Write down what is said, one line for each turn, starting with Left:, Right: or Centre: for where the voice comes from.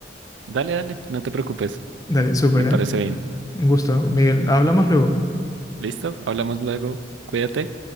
Right: Dale, dale, no te preocupes.
Left: Dale, súper,
Right: Me
Left: ¿eh?
Right: parece bien.
Left: Un gusto, Miguel. Hablamos luego.
Right: ¿Listo? Hablamos luego. Cuídate.